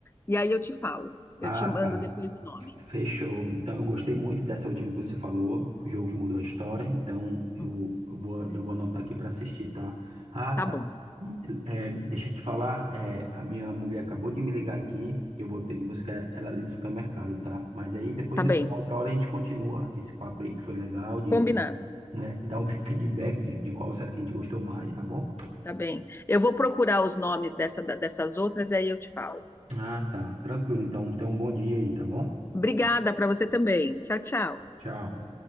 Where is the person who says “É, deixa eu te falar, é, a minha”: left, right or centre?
Right